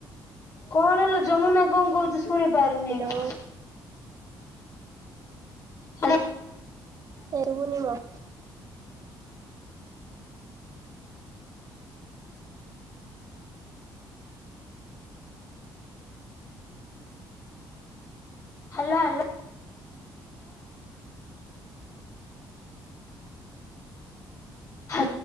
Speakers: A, on the left; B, on the right.
A: କଣ ଲୋ ଯମୁନା କଣ କହୁଛୁ? ଶୁଣି ପାରୁନି
B: ହ୍ୟାଲୋ
A: ଏ ହା
B: ଏ ଶୁଭୁନି ମ।
A: Hello hello.. ହା